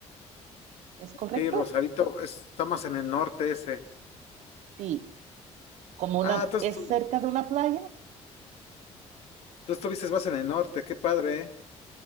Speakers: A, on the right (about 75°); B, on the left (about 60°).
A: ¿es correcto?
B: Sí, Rosarito, está más en el norte ese.
A: Sí, como una,
B: Ah, entonces
A: es
B: tú,
A: cerca de una playa
B: tú estuviste más en el norte, qué padre, ¿eh?